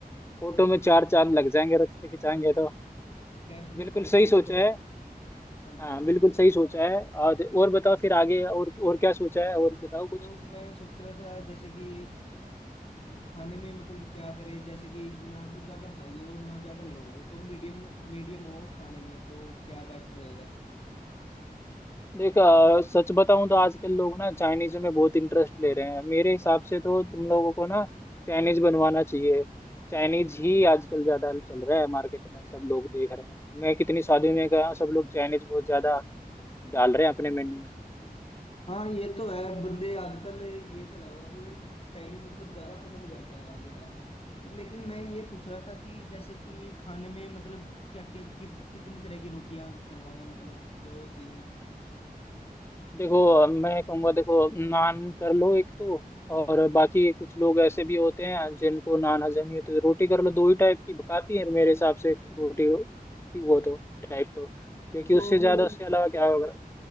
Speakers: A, on the left; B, on the left.
A: फोटो में चार चांद लग जाएंगे रथ पे खिंचाएंगे तो
B: गेस्ट
A: बिल्कुल
B: भी कंफर्ट
A: सही सोचा
B: रहे
A: है
B: हाँ जी
A: हाँ
B: हाँ जी
A: बिल्कुल सही सोचा है और और बताओ फिर आगे और और क्या सोचा है और बताओ कुछ
B: और मैं सोच रहा था जैसे कि खाने में मतलब क्या करे जैसे कि ना तो ज्यादा हाई हो ना ज्यादा लो हो तो मीडियम मीडियम हो खाने में तो क्या बेस्ट रहेगा
A: देख अ, सच बताऊं तो आजकल लोग ना चाइनीज में बहुत इंटरेस्ट ले रहे हैं मेरे हिसाब से तो तुम लोगों को ना चाइनीज बनवाना चाहिए चाइनीज ही आजकल ज्यादा चल रहा है मार्केट में सब लोग देख रहे हैं मैं कितनी शादियों में गया हूं, सब लोग चाइनीज बहुत ज्यादा डाल रहे हैं अपने मेन्यू में
B: हाँ ये तो है बंदे आजकल ये चला हुआ कि चाइनीज फूड ज्यादा पसंद करते हैं आज के टाइम में और लेकिन मैं ये पूछ रहा था कि जैसे कि खाने में मतलब क्या क्या किस कितनी तरह की रोटियां करवाएं मतलब दो तीन
A: देखो अ, मैं कहूंगा देखो नान कर लो एक तो और बाकी कुछ लोग ऐसे भी होते हैं जिनको नान हजम नहीं होती तो रोटी कर लो दो ही टाइप की काफी है मेरे हिसाब से रोटी की वो तो टाइप तो क्योंकि
B: तो
A: उससे ज्यादा
B: फिर
A: उसके अलावा क्या होगा